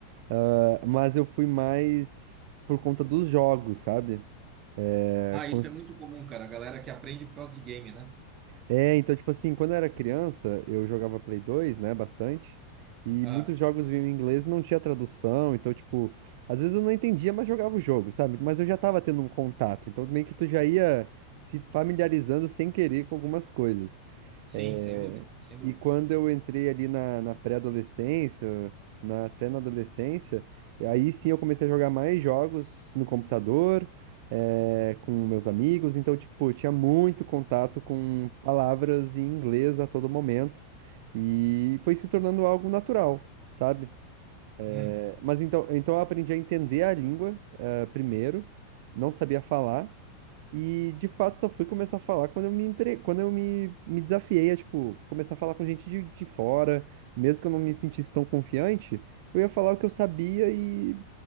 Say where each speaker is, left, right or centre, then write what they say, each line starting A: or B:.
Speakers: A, on the right (about 50°); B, on the right (about 30°).
A: Ah, mas eu fui mais por conta dos jogos, sabe? É,
B: Ah,
A: cons-
B: isso é muito comum, cara. A galera que aprende por causa de game, né?
A: É, então, tipo assim, quando eu era criança, eu jogava Play 2, né, bastante, e
B: Ah,
A: muitos jogos vinham em inglês e não tinha tradução, então, tipo, às vezes eu não entendia, mas jogava o jogo, sabe? Mas eu já tava tendo um contato, então meio que tu já ia se familiarizando sem querer com algumas coisas.
B: sim,
A: É,
B: sem dúvida, sem dúvida.
A: E quando eu entrei ali na, na pré-adolescência, na- até na adolescência, aí sim eu comecei a jogar mais jogos no computador, é, com meus amigos, então, tipo, eu tinha muito contato com palavras em inglês a todo momento e foi se tornando algo natural, sabe?
B: Hum.
A: É, Mas então, então eu aprendi a entender a língua, eh, primeiro, não sabia falar e de fato só fui começar a falar quando eu me entre... quando eu me, me desafiei a, tipo, começar a falar com gente de, de fora, mesmo que eu não me sentisse tão confiante, eu ia falar o que eu sabia e